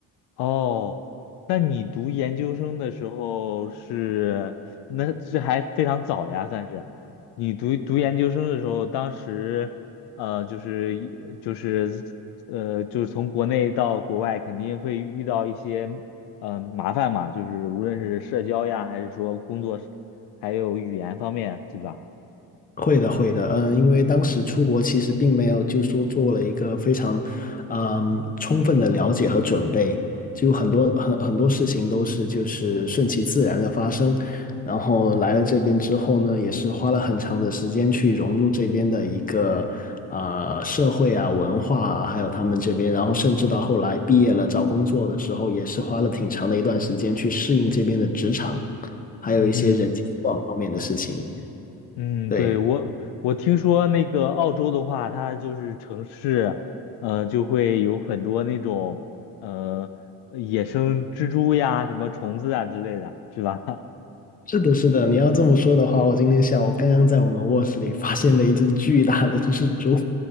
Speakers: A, on the left; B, on the left.
A: 哦，那你读研究生的时候是，那这还非常早呀，算是。你读读研究生的时候，当时呃，就是一就是呃，就是从国内到国外，肯定会遇到一些呃麻烦嘛，就是无论是社交呀，还是说工作，还有语言方面，对吧？
B: 会的，会的，嗯，因为当时出国其实并没有，就说做了一个非常，嗯，充分的了解和准备，就很多很很多事情都是就是顺其自然的发生，然后来了这边之后呢，也是花了很长的时间去融入这边的一个啊、呃社会啊文化啊，还有他们这边，然后甚至到后来毕业了找工作的时候，也是花了挺长的一段时间去适应这边的职场，还有一些人际交往方面的事情。
A: 嗯，嗯，
B: 对，
A: 对，我我听说那个澳洲的话，它就是城市，呃，就会有很多那种呃野生蜘蛛呀、什么虫子啊之类的，是吧？
B: 是的，是的，你要这么说的话，我今天下午刚刚在我们卧室里发现了一只巨大的蜘蛛，